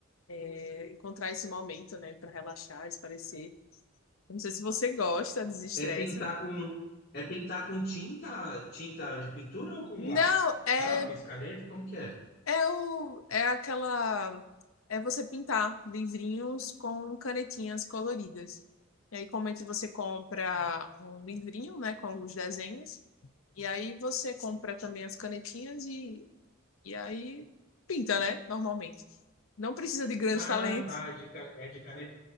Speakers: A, on the left (about 80°); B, on the left (about 50°).
A: é, encontrar esse momento, né, para relaxar, espairecer. Não sei se você gosta, desestressa.
B: É pintar com é pintar com tinta, tinta de pintura ou com
A: Não,
B: lá-
A: é
B: lápis, caneta, como que é?
A: É, o, é aquela. É você pintar livrinhos com canetinhas coloridas. E aí, comumente você compra um livrinho, né, com os desenhos. E aí, você compra também as canetinhas e, e aí pinta, né, normalmente. Não precisa de grandes
B: Ah,
A: talentos.
B: tá, é de, ca- é de, cane-